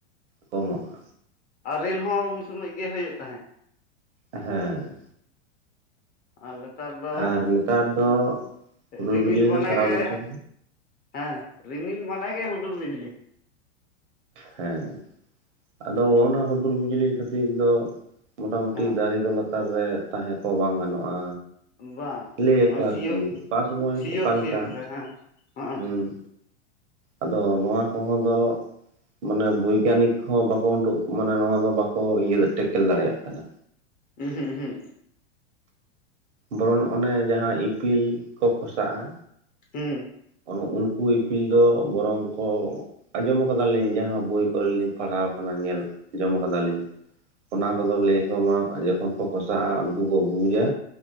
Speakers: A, on the right; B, on the left.
A: ᱠᱚᱢᱚᱜᱼᱟ᱾
B: ᱟᱨᱮᱞ ᱦᱚᱸ ᱩᱱ ᱥᱳᱢᱳᱡ ᱜᱮ ᱦᱳᱭᱳᱜ ᱛᱟᱦᱮᱸᱫ᱾
A: ᱦᱮᱸ᱾
B: ᱟᱨ ᱱᱮᱛᱟᱨ ᱫᱚ
A: ᱟᱨ ᱱᱮᱛᱟᱨ ᱫᱚ ᱦᱩᱰᱩᱨ
B: ᱨᱤᱢᱤᱞ
A: ᱵᱤᱡᱽᱞᱤ
B: ᱢᱟᱱᱮ
A: ᱫᱚ ᱥᱟᱨᱟ
B: ᱜᱮ
A: ᱵᱚᱪᱷᱚᱨ
B: ᱦᱮᱸ ᱨᱤᱢᱤᱞ ᱢᱟᱱ ᱜᱮ ᱦᱩᱰᱩᱨ ᱵᱤᱡᱽᱞᱤ᱾
A: ᱦᱮᱸ ᱟᱫᱚ ᱦᱚᱜᱼᱚᱜ ᱱᱚᱣᱟ ᱦᱩᱰᱩᱨ ᱵᱤᱡᱽᱞᱤ ᱠᱷᱟᱹᱛᱤᱨ ᱫᱚ ᱢᱚᱴᱟᱢᱩᱴᱤ
B: ᱦᱮᱸ
A: ᱫᱟᱨᱮ ᱠᱚ ᱞᱟᱛᱟᱨ ᱨᱮ ᱛᱟᱦᱮᱸ ᱠᱚ ᱵᱟᱝ ᱜᱟᱱᱚᱜᱼᱟ᱾
B: ᱵᱟᱝ
A: ᱞᱟᱹᱭᱟᱠᱚ
B: ᱦᱚᱸ ᱥᱤᱭᱚᱜ,
A: ᱟᱨᱠᱤ ᱚᱠᱟ ᱥᱚᱢᱚᱭ
B: ᱥᱤᱭᱚᱜ
A: ᱚᱠᱟᱞᱮᱠᱟ
B: ᱥᱤᱭᱚᱜ ᱛᱮ ᱦᱮᱸ ᱦᱚᱸ᱾
A: ᱦᱩᱸ ᱟᱫᱚ ᱱᱚᱣᱟ ᱠᱚᱦᱚᱸ ᱫᱚ ᱢᱟᱱᱮ ᱵᱳᱭᱜᱟᱱᱤᱠ ᱦᱚᱸ ᱵᱟᱠᱚ ᱩᱰᱩᱜ ᱢᱟᱱᱮ ᱱᱚᱣᱟ ᱫᱚ ᱵᱟᱠᱚ ᱤᱭᱟᱹ ᱴᱮᱠᱮᱞ ᱫᱟᱲᱮᱭᱟᱜ ᱠᱟᱱᱟ᱾
B: ᱩᱦᱩᱸ ᱩᱦᱩᱸᱜ᱾
A: ᱵᱚᱨᱚᱱ ᱚᱱᱮ ᱡᱟᱦᱟᱸ ᱤᱯᱤᱞ ᱠᱚ ᱠᱷᱚᱥᱟᱜᱼᱟ᱾
B: ᱦᱩᱸ
A: ᱚᱱ ᱩᱱᱠᱩ ᱤᱯᱤᱞ ᱫᱚ ᱵᱚᱨᱚᱝ ᱠᱚ ᱟᱸᱡᱚᱢ ᱠᱟᱫᱟᱞᱤᱧ ᱡᱟᱦᱟᱸ ᱵᱳᱭ ᱠᱚᱨᱮ ᱞᱤᱧ ᱯᱟᱲᱦᱟᱣ ᱠᱟᱱᱟ ᱧᱮᱞ ᱡᱚᱢ ᱠᱟᱫᱟᱞᱤᱧ᱾ ᱚᱱᱟ ᱠᱚᱫᱚ ᱞᱟᱹᱭ ᱟᱠᱚ ᱢᱟ ᱡᱚᱠᱷᱚᱱ ᱠᱚ ᱠᱚᱥᱟᱜᱼᱟ ᱩᱱᱠᱩ ᱠᱚ ᱵᱩᱡᱟ